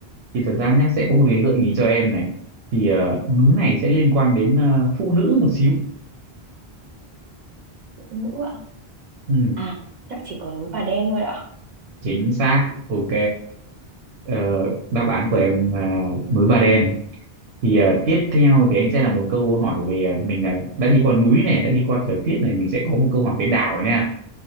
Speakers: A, on the right; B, on the right.
A: thì thật ra nhé sẽ có một cái gợi ý cho em này thì ờ, núi này sẽ liên quan đến ờ, phụ nữ một xíu
B: Ngữ ạ?
A: ừ.
B: À, chắc chỉ có núi Bà Đen thôi ạ.
A: chính xác ok ờ, đáp án của em là núi Bà Đen thì ờ, tiếp theo thì anh sẽ là một câu hỏi về ờ, mình là đã đi qua núi này đã đi qua thời tiết này mình sẽ có một câu hỏi về đảo nha